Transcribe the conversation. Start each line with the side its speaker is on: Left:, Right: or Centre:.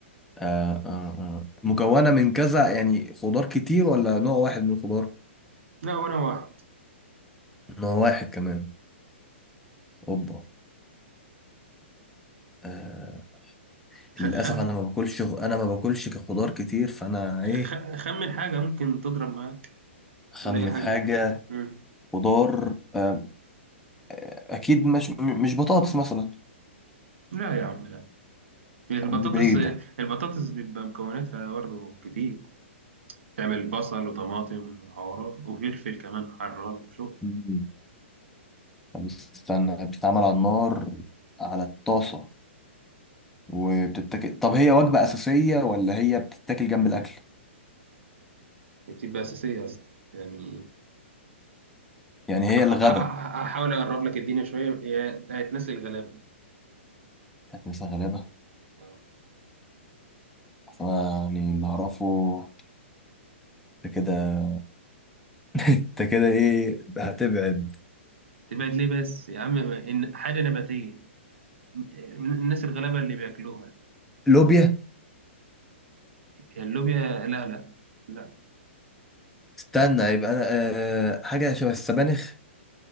Centre: آه آه آه. مكونة من كذا يعني خضار كتير ولا نوع واحد من الخضار
Right: لا وانا واحد
Centre: نوع واحد كمان اوبا آه
Right: خخم
Centre: للأسف أنا ما باكلش أنا ما باكلش كخضار كتير فأنا إيه
Right: خ- خمن حاجة ممكن تضرب معاك
Centre: أخمن
Right: قول أي حاجة
Centre: حاجة
Right: مم.
Centre: خضار آم، اكيد مش م- مش بطاطس مثلا
Right: لا يا عم لا البطاطس
Centre: دي بعيده
Right: البطاطس بيبقى مكوناتها برضه كتير تعمل بصل وطماطم وحوارات وفلفل كمان حراق وشغل
Centre: مم. طب استنى بتتعمل على النار على الطاسه وبتتاكل طب هي وجبه اساسيه ولا هي بتتاكل جنب الاكل
Right: دي بتبقى أساسية يا اسطى يعني
Centre: يعني هي
Right: ه- ه-
Centre: الغدا
Right: ه- هحاول أقرب لك الدنيا شوية هي بتاعت ناس الغلابة
Centre: كانت مثلا غالبا
Right: آه.
Centre: أصل انا يعني اللي اعرفه انت كده انت كده ايه هتبعد
Right: تبعد ليه بس يا عم ما- إن حاجة نباتية م- الناس الغلابة اللي بياكلوها
Centre: لوبيا
Right: هي اللوبيا لا لا لا
Centre: استنى يبقى انا أه حاجه شبه السبانخ